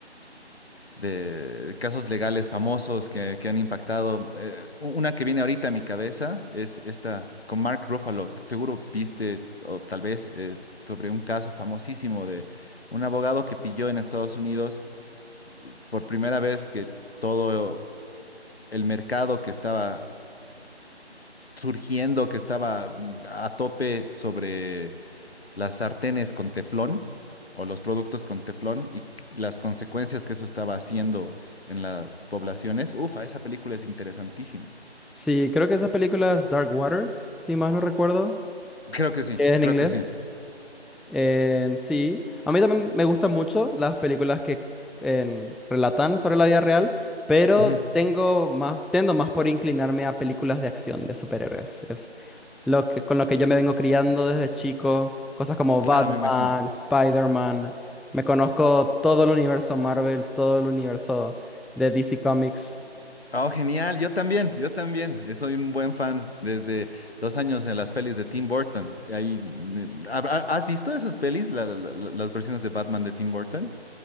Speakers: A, on the left (about 60°); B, in the centre.
A: de casos legales famosos que, que han impactado. Eh, u- una que viene ahorita a mi cabeza es esta con Mark Ruffalo. Seguro viste, o tal vez, eh, sobre un caso famosísimo de un abogado que pilló en Estados Unidos por primera vez que todo el mercado que estaba surgiendo, que estaba mm, a tope sobre las sartenes con teflón o los productos con teflón y c- las consecuencias que eso estaba haciendo en las poblaciones. Ufa, esa película es interesantísima.
B: Sí, creo que esa película es Dark Waters, si más no recuerdo,
A: Creo que sí,
B: que es en
A: creo
B: inglés.
A: que sí.
B: En sí, a mí también me gustan mucho las películas que en, relatan sobre la vida real, pero
A: Ujú,
B: tengo más, tendo más por inclinarme a películas de acción de superhéroes. Es lo que, con lo que yo me vengo criando desde chico, cosas como
A: Claro,
B: Batman,
A: me imagino.
B: Spider-Man, me conozco todo el universo Marvel, todo el universo de DC Comics.
A: Oh, genial, yo también, yo también. Eh, Soy un buen fan desde los años de las pelis de Tim Burton. Ahí me- ¿Habrá- ¿Has visto esas pelis, La- la- la- las versiones de Batman de Tim Burton?